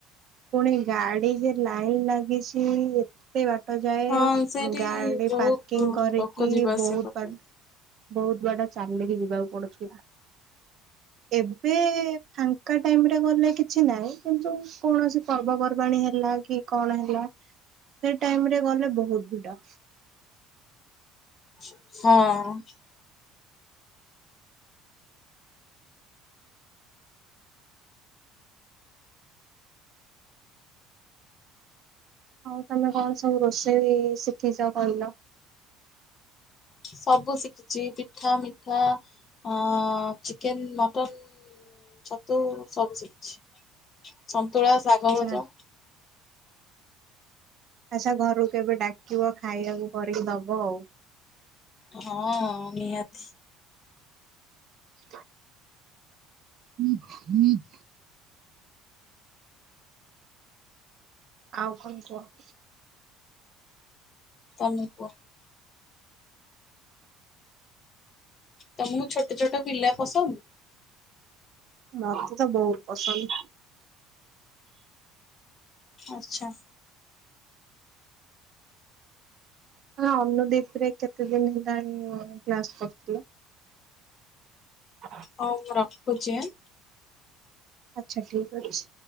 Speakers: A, on the right; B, on the left.
A: ପୁଣି ଗାଡି ଯେ ଲାଇନ୍ ଲାଗିଛି ସେ ବାଟ ଯାଏ
B: ହଁ ସେଇଠି
A: ଗାଡି
B: ବହୁତ
A: ପାର୍କିଂ କରିକି
B: ଲୋକ ଯିବା ଆସିବା
A: ବହୁତ
B: କରୁଛନ୍ତି।
A: ବହୁତ ବାଟ ଚାଲିକି ଯିବାକୁ ଯାଉ ପଡୁଥିଲା। ଏବେ ଫାଙ୍କା ଟାଇମ ରେ ଗଲେ କିଛି ନାହିଁ କିନ୍ତୁ କୌଣସି ପର୍ବପର୍ବାଣୀ ହେଲା କି କଣ ହେଲା। ସେଇ ଟାଇମ ରେ ଗଲେ ବହୁତ ଭିଡ।
B: ହଁ।
A: ହଉ ତମେ କଣ ସବୁ ରୋଷେଇ ଶିଖିଛ କହିଲ।
B: ସବୁ ଶିଖିଛି ପିଠା ମିଠା ଅ ଚିକେନ, ମଟନ। ଛତୁ ସବୁ ଶିଖିଛି ସନ୍ତୁଳା, ଶାଗ
A: ଆଚ୍ଛା
B: ଭଜା।
A: ଆସ ଘରକୁ କେବେ ଡାକିବ ଖାଇବାକୁ କରିକି ଦବ ଆଉ।
B: ହଁ ନିହାତି।
A: <inaudible> ହୁଁ, ହୁଁ। ଆଉ କଣ କୁହ।
B: ତମେ କୁହ। ତମକୁ ଛୋଟ ଛୋଟ ପିଲା ପସନ୍ଦ?
A: ମତେ ତ ବହୁତ ପସନ୍ଦ।
B: ଆଛା।
A: ଅନୁଦୀପ ରେ କେତେ ଦିନ ହେଲାଣି କ୍ଲାସ କରୁଥିଲେ। <inaudible>
B: ହଉ ମୁଁ ରଖୁଚି ଆଁ।
A: ଆଛା ଠିକ ଅଛି।